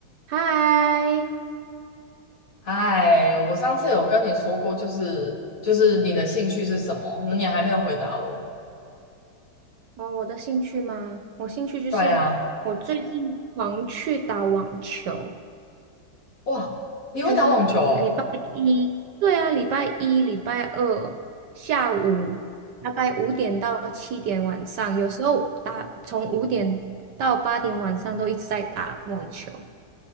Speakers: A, on the right; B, on the left.
A: 嗨，
B: 哎，我上次有跟你说过，就是就是你的兴趣是什么？你还没有回答我。
A: 哦，我的兴趣吗？我兴趣就是我最近狂去打网球，
B: 对啊，哇，你会打网球哦？
A: 就是我礼拜一，对啊，礼拜一、礼拜二下午大概五点到七点晚上，有时候打从五点到八点晚上都一直在打网球。